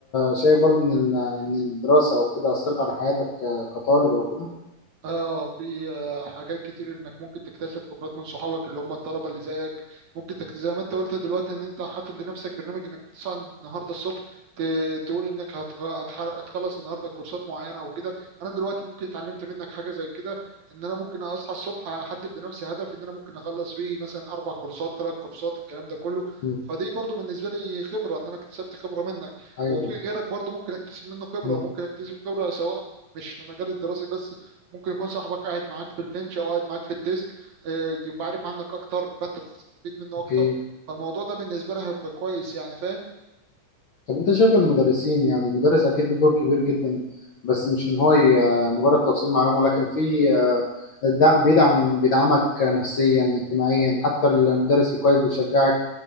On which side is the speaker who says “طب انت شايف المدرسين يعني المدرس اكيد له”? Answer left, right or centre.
Left